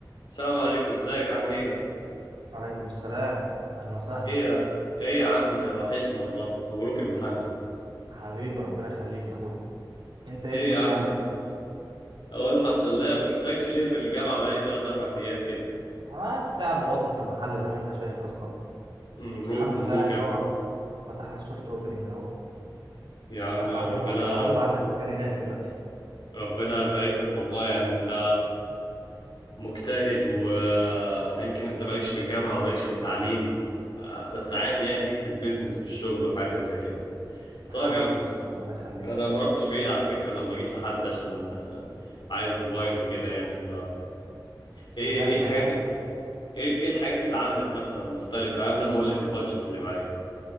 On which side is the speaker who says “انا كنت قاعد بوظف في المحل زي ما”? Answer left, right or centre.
Right